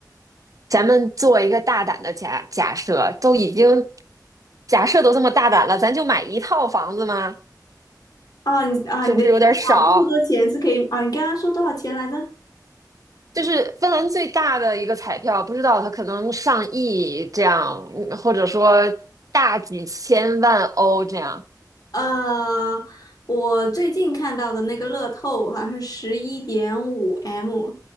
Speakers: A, on the right; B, on the left.
A: 咱们做一个大胆的假假设，都已经假设都这么大胆了，咱就买一套房子吗？
B: 啊，你啊，
A: 是不是有点少？
B: 你的意思啊，这么多钱是可以啊？你刚刚说多少钱来着？
A: 就是芬兰最大的一个彩票，不知道它可能上亿这样，嗯或者说大几千万欧这样。
B: 呃，我最近看到的那个乐透好像是十一点五 M，